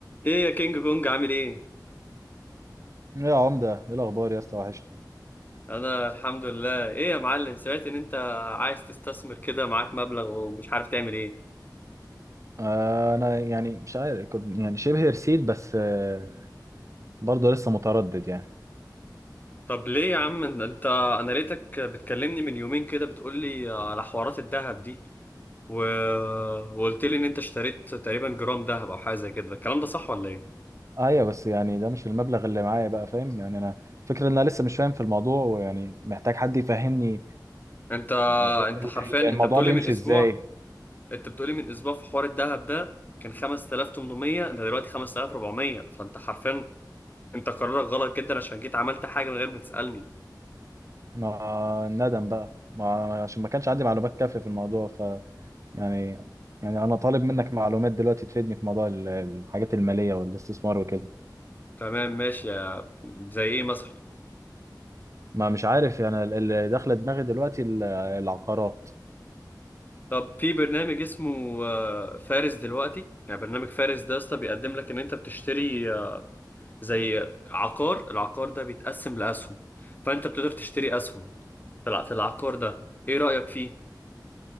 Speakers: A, on the left; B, on the right.
A: ايه يا كينج كونج عامل ايه؟
B: يا عمدة ايه الأخبار يا اسطى وحشني
A: انا الحمد لله ايه يا معلم سمعت ان انت عايز تستثمر كده معاك مبلغ ومش عارف تعمل ايه
B: آه أنا يعني مش عارف كنت يعني شبه رسيت بس آه برضه لسه متردد يعني
A: طب ليه يا عم إن انت انا لقيتك بتكلمني من يومين كده بتقول لي على حوارات الذهب دي و... وقلت لي ان انت اشتريت تقريبا جرام ذهب او حاجه زي كده الكلام ده صح ولا ايه؟
B: أيوة بس يعني ده مش المبلغ اللي معايا بقى فاهم يعني أنا الفكرة إن أنا لسه مش فاهم في الموضوع ويعني محتاج حد يفهمني
A: انت
B: آه، ال-
A: انت حرفيا
B: ال-
A: انت
B: الموضوع
A: بتقول
B: بيمشي
A: لي من اسبوع
B: إزاي
A: انت بتقول لي من اسبوع في حوار الذهب ده كان 5800 انت دلوقتي 5400 فانت حرفيا انت قرارك غلط جدا عشان جيت عملت حاجه من غير ما تسألني
B: ما الندم بقى ما عشان ما كانش عندي معلومات كافية في الموضوع ف يعني يعني أنا طالب منك معلومات دلوقتي تفيدني في موضوع ال- الحاجات المالية والاستثمار وكده
A: تمام ماشي يا- زي ايه مثلا
B: ما مش عارف يعني ال- اللي داخله دماغي دلوقتي ال- العقارات
A: طب في برنامج اسمه آه، فارس دلوقتي يعني برنامج فارس ده يا اسطى بيقدم لك ان انت بتشتري آه، زي عقار العقار ده بيتقسم لاسهم فانت بتقدر تشتري اسهم في الع- في العقار ده ايه رايك فيه